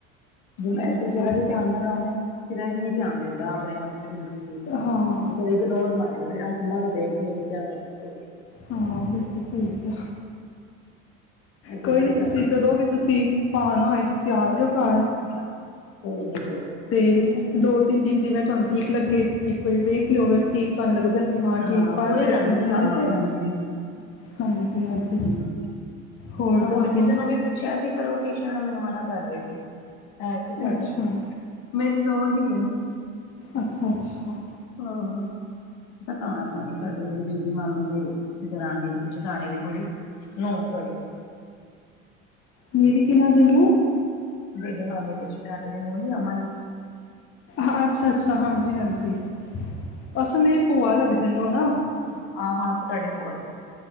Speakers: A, on the left; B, on the left.
A: ਜੇ ਮੈਂ ਤੇ ਜਿਹੜਾ
B: ਹਾਂ
A: ਵੀ ਧਿਆਨ ਨਾ ਦਾ ਨਾ, ਫੇਰ ਏਹ ਨੀ ਧਿਆਨ ਦਿੰਦਾ ਆਪਣੇ ਆਪ ਤੇ ਬਿਲਕੁਲ ਵੀ।
B: ਹਾਂ
A: ਫੇਰ ਇਗਨੋਰ <unintelligible> ਮੰਮਾ ਤੋ ਦੇਖ ਨੀ ਰੀ। ਕਯਾ ਕਰਨਾ ਪਡ ਕੇ।
B: ਹਾਂ ਬਿਲਕੁਲ ਸਈ ਕਯਾ।
A: ਇਹ ਤੇ
B: ਕੋਈ
A: ਬੜਾ
B: ਨੀ ਤੁਸੀਂ,
A: ਧਿਆਨ ਦਿੰਦਾ
B: ਜਦੋਂ ਵੀ ਤੁਸੀਂ ਆਨਾ ਹੋਏ ਤੁਸੀਂ ਆ ਜਓ ਘਾਰ।
A: <unintelligible> ਕੋਈ ਨੀ-ਕੋਈ ਨੀ।
B: ਤੇ ਦੋ ਤਿੰਨ ਦਿਨ ਜਿਵੇਂ ਤੁਹਾਨੂੰ ਠੀਕ ਲੱਗੇ। ਇੱਕ ਵਾਰੀ ਵੇਖ ਲਿਓ ਅਗਰ ਠੀਕ ਤੁਹਾਨੂੰ ਲੱਗਦਾ ਬੀ ਮਾ ਠੀਕ
A: ਹਾਂ
B: ਪੜ
A: ਕੋਈ
B: ਰਿਹਾ,
A: ਗੱਲ
B: ਠੀਕ
A: ਨੀ
B: ਚੱਲ
A: ਹਾਂ
B: ਰਿਹਾ।
A: ਹਾਂਜੀ ਹਾਂਜੀ
B: ਹਾਂਜੀ-ਹਾਂਜੀ,
A: ਠੀਕ ਆ।
B: ਹੋਰ
A: ਮੈਂ
B: ਦੱਸੋ।
A: ਕਿਸੇ ਨੂੰ ਵੀ ਪੁੱਛਿਆ ਸੀ ਪਰ ਓ ਟੂਇਸ਼ਨ ਮੈਨੂੰ ਮਨਾ ਕਰ ਰੇ ਸੀ। ਹੈ ਸੀ ਤੁਹਾਡੇ
B: ਅੱਛਾ
A: ਮੇਰੀ ਨੋ ਦੀਆਂ ਨੇ।
B: ਅੱਛਾ-ਅੱਛਾ।
A: ਅ, ਹਾਂ। ਪਤਾ ਹੋਣਾ ਤੁਹਾਨੂੰ ਤੁਹਾਡੇ ਬੇਬੀ ਮਾਮੀ ਦੇ ਦਰਾਨੇ ਜਟਾਨੀ ਦੀ ਕੁੜੀ। ਨ ਸਰੀ <unintelligible>
B: ਮੇਰੀ ਕਿਹਨਾਂ ਦਿਨੂੰ
A: ਦੇਨ ਹ ਦੇ ਚ ਟੈ ਦਿ ਨੂੰ ਉਹ ਨ ਅਮਨ
B: ਹਾ ਅੱਛਾ-ਅੱਛਾ, ਹਾਂਜੀ-ਹਾਂਜੀ। ਅੱਛਾ, ਮੇਰੀ ਪੁਆ ਲੱਗਦੇ ਓ ਨਾ।
A: ਅ ਆਂ, ਹਾਂ ਤਾਡੇ ਪੁਆ ਜੀ,